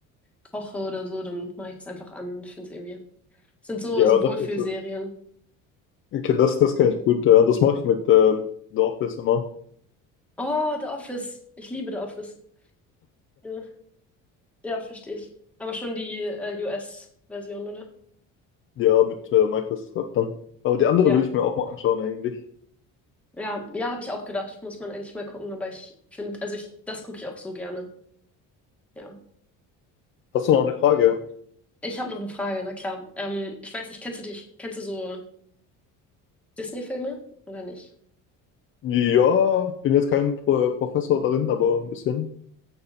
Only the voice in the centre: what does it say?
koche oder so, dann mache ich das einfach an. Ich finde es irgendwie. Es sind so,
so
Wohlfühlserien.
Oh, The Office. Ich liebe The Office. Ja, ja, verstehe ich. Aber schon die äh, US-Version, oder?
Ja.
Ja, ja, habe ich auch gedacht. Muss man eigentlich mal gucken, aber ich finde, also ich, das gucke ich auch so gerne. Ja.
Ich habe noch eine Frage, na klar. Ähm, ich weiß nicht, kennst du dich, kennst du so Disney-Filme oder nicht?